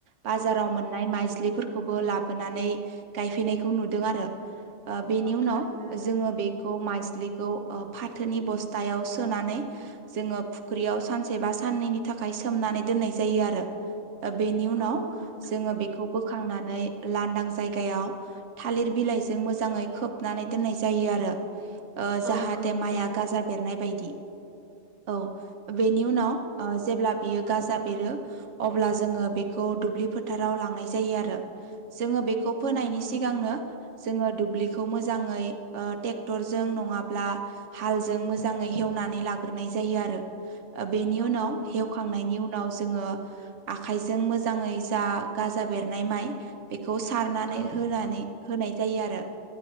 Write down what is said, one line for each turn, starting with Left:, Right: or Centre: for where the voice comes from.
Right: बाजाराव मोननाय माइज्लिफोरखोबो लाब नानै गायफैनायखौ नुदों आरो ओ बेनि
Centre: औ
Right: उनाव
Centre: थारैनो नोंथां
Right: जोङो बे खौ माइज्लिखौ ओ फाथोनि बस्तायाव सोनानै जोङो फुख्रियाव सानसे बा साननैनि थाखाय सोमनानै दोननाय जायो आरो बेनि उनाव
Centre: औ नंगौ नोंथां
Right: जोङो बेखौ बोखांनानै लानदां जायगायाव थालिर बिलाइजों मोजाङै खोबनानै दोननाय जायो आरो ओ जाहाथे
Centre: औ नंगौ नोंथां
Right: माइआ
Centre: थारैनो
Right: गाजा बेरनाय बायदि औ बेनि उनाव ओ जेब्ला बियो गाजा बेरो अब्ला जोङो बेखौ दुब्लि फोथाराव लांनाय जायो आरो जोङो बेखौ फोनायनि
Centre: औ नंगौ
Right: सिगांनो
Centre: नोंथां
Right: जोङो दुब्लिखौ मोजाङै ओ टेक्टरजों नङाब्ला हालजों मोजाङै हेव नानै लाग्रोनाय जायो आरो बेनि
Centre: औ
Right: उनाव
Centre: नंगौ
Right: हेवखांनायनि उना उनाव जोङो आखाइजों मोजाङै जा गाजा बेरनाय माइ बेखौ सारनानै
Centre: औ
Right: होनानै होनाय जायो आरो